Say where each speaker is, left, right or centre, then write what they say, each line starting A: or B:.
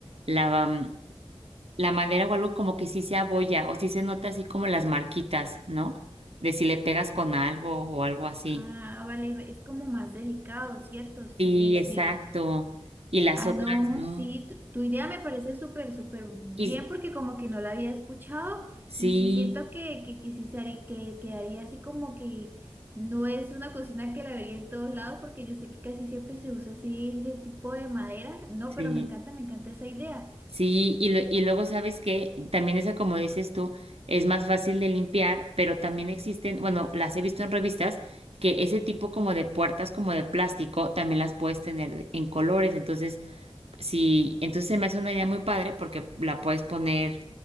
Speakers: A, on the right (about 80°); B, on the right (about 20°).
A: la, mm, la madera o algo como que sí se abolla o sí se nota así como las marquitas, ¿no? De si le pegas con algo o algo así.
B: Ah, vale, es como más delicado, ¿cierto? Sí,
A: Sí,
B: sí.
A: exacto. Y las
B: Ah,
A: otras,
B: no,
A: ¿no?
B: sí, tu, tu idea me parece súper, súper bien
A: Y
B: porque como que no la había escuchado
A: sí,
B: y sí siento que, que, que sí se haría- que quedaría así como que no es una cocina que la vería en todos lados porque yo sé que casi siempre se usa así ese tipo de madera. No,
A: sí.
B: pero me encanta, me encanta esa idea.
A: Sí, y, lo- y luego sabes que también esa, como dices tú, es más fácil de limpiar, pero también existen, bueno, las he visto en revistas, que ese tipo como de puertas como de plástico también las puedes tener en colores, entonces Sí, entonces se me hace una idea muy padre porque la puedes poner,